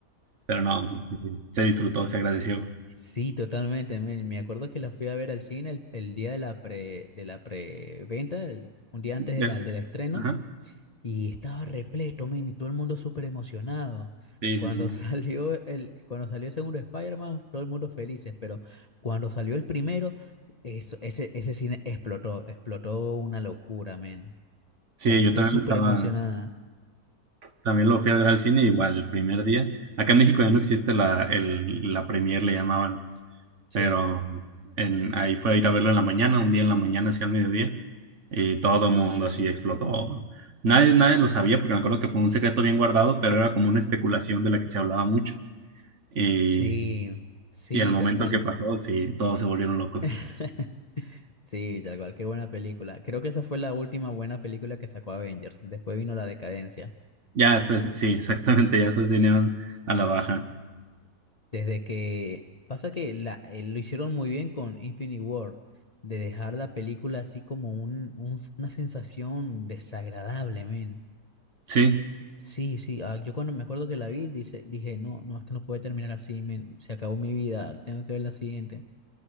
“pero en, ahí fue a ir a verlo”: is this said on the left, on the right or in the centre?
Right